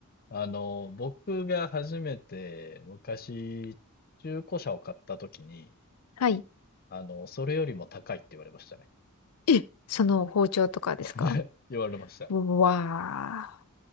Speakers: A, on the left; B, on the left.
A: あの、僕が初めて昔、中古車を買った時に、
B: はい。
A: あの、それよりも高いって言われましたね。
B: え、その包丁とかですか
A: <laughs> 言われました。
B: わあ。